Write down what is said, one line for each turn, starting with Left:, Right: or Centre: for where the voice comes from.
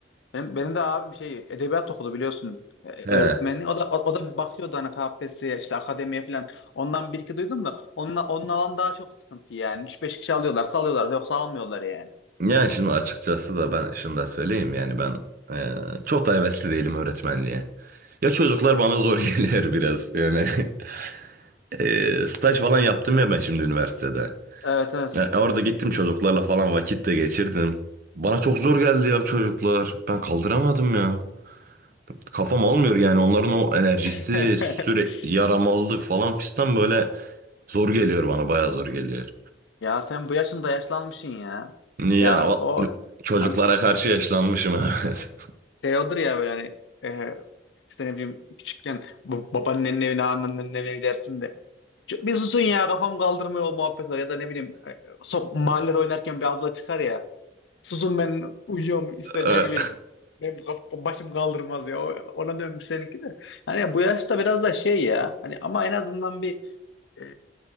Left: benim, benim de abim şey edebiyat okudu biliyorsun. Ee,
Right: He.
Left: öğretmeni. O da o, o da bir bakıyordu hani KPSS'ye işte akademiye falan. Ondan bir iki duydum da onun onun alan daha çok sıkıntı yani. üç beş kişi alıyorlarsa alıyorlar yoksa almıyorlar yani.
Right: Yani şimdi açıkçası da ben şunu da söyleyeyim yani ben e, çok da hevesli değilim öğretmenliğe. Ya çocuklar bana zor <laughs> geliyor biraz yani. <laughs> E, staj falan yaptım ya ben şimdi üniversitede.
Left: Evet evet.
Right: Ya e, orada gittim çocuklarla falan vakit de geçirdim. Bana çok zor geldi ya çocuklar. Ben kaldıramadım ya. Kafam almıyor yani onların o enerjisi,
Left: <laughs>
Right: sürekli yaramazlık falan fistan böyle zor geliyor bana, bayağı zor geliyor.
Left: Ya sen bu yaşında yaşlanmışsın ya.
Right: Ya
Left: Ya o
Right: çocuklara
Left: hani
Right: karşı yaşlanmışım <laughs> evet.
Left: Şey olur ya böyle hani e, işte ne bileyim küçükken bu babaannenin evine anneannenin evine gidersin de "Şu- bir susun ya kafam kaldırmıyor o muhabbet var ya da ne bileyim e, sop, mahallede oynarken bir abla çıkar ya susun ben uyuyorum işte
Right: Ee,
Left: ne bileyim benim kaf- başım kaldırmaz ya O- ona dönmüş seninki de hani bu yaşta biraz da şey ya hani ama en azından bir e,